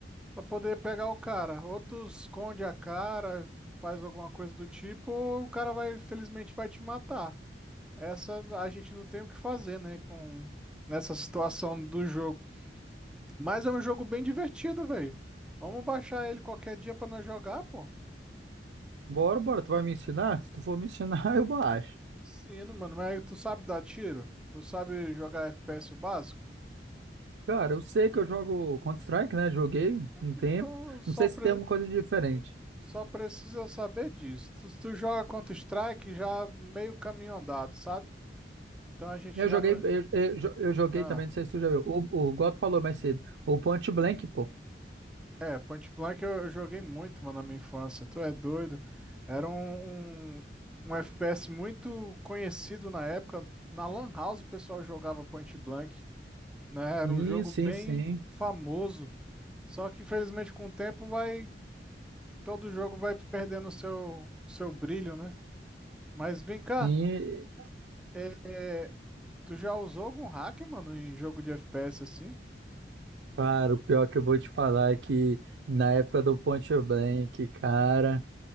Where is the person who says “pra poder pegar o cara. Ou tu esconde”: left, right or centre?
Centre